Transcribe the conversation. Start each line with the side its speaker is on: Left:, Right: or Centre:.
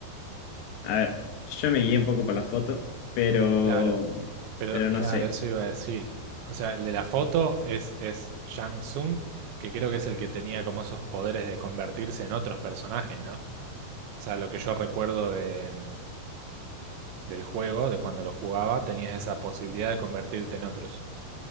Left: A ver, yo me guié un poco por la foto, pero,
Right: Claro, pero
Left: pero
Right: claro,
Left: no sé.
Right: eso iba a decir. O sea, el de la foto es, es Shang Tsung, que creo que es el que tenía como esos poderes de convertirse en otros personajes, ¿no? O sea, lo que yo recuerdo de, mm, del juego, de cuando lo jugaba, tenías esa posibilidad de convertirte en otros.